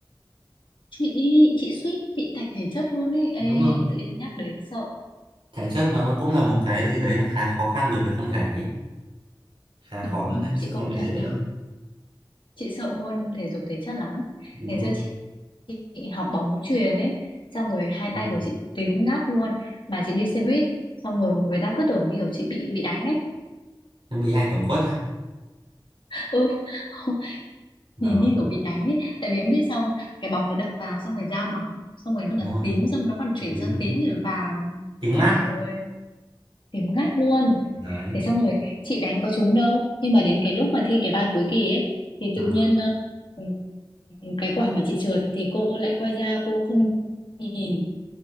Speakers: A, on the left; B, on the right.
A: chị chị suýt bị tạch thể chất luôn ấy ê
B: đúng không
A: tự nhiên nhắc đến sợ
B: thể chất nó cũng là một cái gì đấy nó khá khó khăn đối với con gái khá
A: đúng
B: khó hơn đấy
A: chị
B: chứ
A: công
B: không phải
A: nhận
B: dễ
A: nha
B: đâu
A: chị sợ môn thể dục thể chất lắm
B: đúng
A: ngày xưa
B: không
A: chị, chị học bóng chuyền ấy xong rồi hai tay
B: ừ.
A: của chị tím ngắt luôn mà chị đi xe buýt xong rồi người ta cứ tưởng như kiểu chị bị bị đánh ấy
B: Em bị ai tổng quất à?
A: ừ <laughs>
B: đó
A: nhìn như kiểu bị đánh ấy tại vì em biết sao không? cái bóng nó đập vào xong rồi da mỏng xong rồi nó
B: đúng rồi
A: tím xong nó còn chuyển
B: tím
A: sang tím rồi vàng
B: tím ngắt
A: ôi dồi ôi Điểm ngắt luôn.
B: đấy
A: Thế xong rồi chị đánh có trúng đâu. Nhưng mà đến cái lúc mà thi cái bài cuối kỳ ấy thì tự
B: à.
A: nhiên ờ, ừ, cái quả mà chị trượt thì cô lại quay ra cô không nhìn.